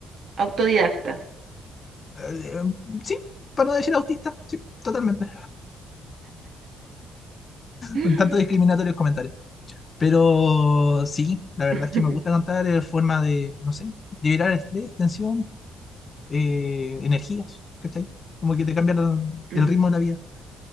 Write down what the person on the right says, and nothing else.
autodidacta.
<laughs>
<gasps>
Mm.